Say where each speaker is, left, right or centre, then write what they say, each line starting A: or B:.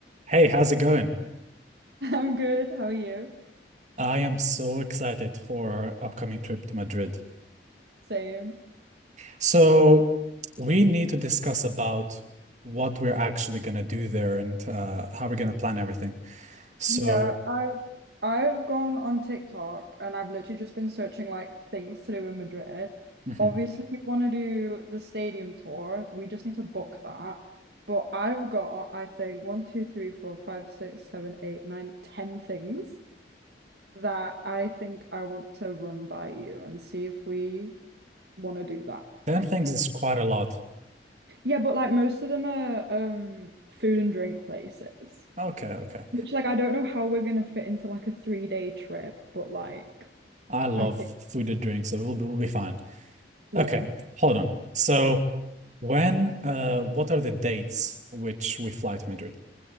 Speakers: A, on the right; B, on the right.
A: Hey, how's it going?
B: <laughs> I'm good. How are you?
A: I am so excited for our upcoming trip to Madrid.
B: Same.
A: So, we need to discuss about what we're actually going to do there and uh, how we're going to plan everything. So,
B: Yeah, I've I've gone on TikTok and I've literally just been searching like things to do in Madrid.
A: mhm.
B: Obviously, we want to do the stadium tour. We just need to book that. But I've got, I think, one, two, three, four, five, six, seven, eight, nine, ten things that I think I want to run by you and see if we want to do that.
A: 10 things is quite a lot.
B: Yeah, but like most of them are um food and drink places.
A: Okay, okay.
B: Which like I don't know how we're gonna fit into like a three day trip, but like
A: I love
B: I think
A: food and drinks, so we'll be, we'll be fine.
B: yeah.
A: Okay, hold on. So, when, uh, what are the dates which we fly to Madrid?